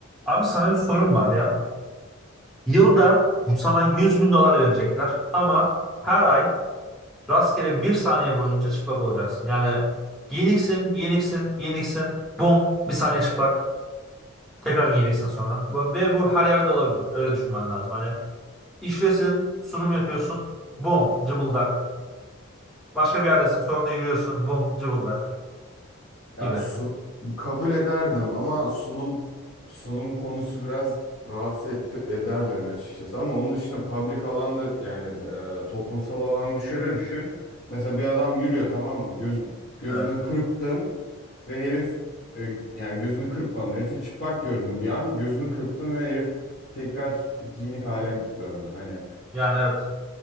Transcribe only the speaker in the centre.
Abi sana bir sorum var ya. Yılda sana 100 bin dolar verecekler ama her ay rastgele bir saniye boyunca çıplak olacaksın. Yani giyiniksin, giyiniksin, giyiniksin. Bum, bir saniye çıplak. Tekrar giyiniksin sonra. Bu- Ve bu her yerde olabilir. Öyle düşünmen lazım. Hani işlesin, sunum yapıyorsun. Bum, cıbıldak. Başka bir yerdesin, sokakta yürüyorsun. Bum, cıbıldak
gibi.
Evet.
Yani evet.